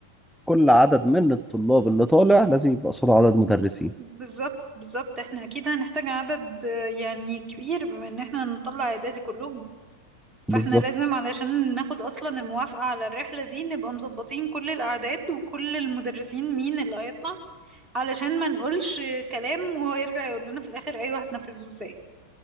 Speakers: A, in the centre; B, on the right.
A: كل عدد من الطلاب اللي طالع لازم يبقى قصاده عدد مدرسين
B: بالظبط بالظبط احنا اكيد هنحتاج عدد آه، يعني كبير بما ان احنا هنطلع اعدادي كلهم فاحنا
A: بالظبط
B: لازم علشان ناخد اصلا الموافقه على الرحله دي نبقى مظبطين كل الاعداد وكل المدرسين مين اللي هيطلع علشان ما نقولش كلام وهو يرجع يقول لنا في الاخر ايوه هتنفذوه ازاي